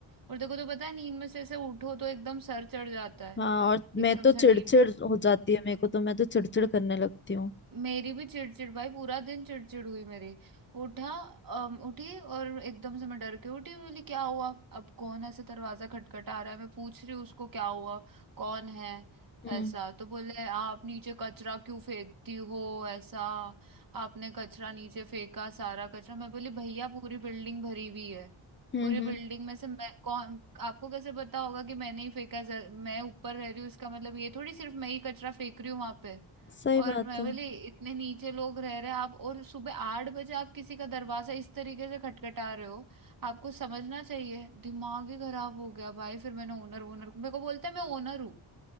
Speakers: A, on the right (about 45°); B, on the left (about 25°).
A: और देखो तो पता है नींद में से ऐसे उठो तो एकदम सर चढ़ जाता है
B: हाँ और
A: एकदम
B: मैं तो
A: से
B: चिड़चिड़
A: नींद
B: हो जाती है मेरे को तो मैं तो चिड़चिड़ करने लगती हूँ
A: मेरी भी चिड़चिड़ भाई पूरा दिन चिड़चिड़ हुई मेरी उठा अम, उठी और एकदम से मैं डर के उठी बोली क्या हुआ अब कौन ऐसे दरवाजा खटखटा रहा है मैं पूछ रही हूँ उसको क्या हुआ कौन है
B: हम्म
A: ऐसा तो बोले आप नीचे कचरा क्यों फेंकती हो ऐसा आपने कचरा नीचे फेंका सारा कचरा मैं बोली भैया पूरी बिल्डिंग भरी हुई है
B: हम्म
A: पूरी बिल्डिंग
B: हम्म
A: में से मैं कौन आपको कैसे पता होगा कि मैंने ही फेंका जर- मैं ऊपर रह रही हूँ इसका मतलब ये थोड़ी सिर्फ मैं ही कचरा फेंक रही हूँ वहां पे
B: सही
A: और
B: बात
A: मैं
B: है
A: बोली इतने नीचे लोग रह रहे हैं आप और सुबह आठ बजे आप किसी का दरवाजा इस तरीके से खटखटा रहे हो आपको समझना चाहिए दिमाग ही खराब हो गया भाई फिर मैंने ओनर ओनर को मेरे को बोलता है मैं ओनर हूँ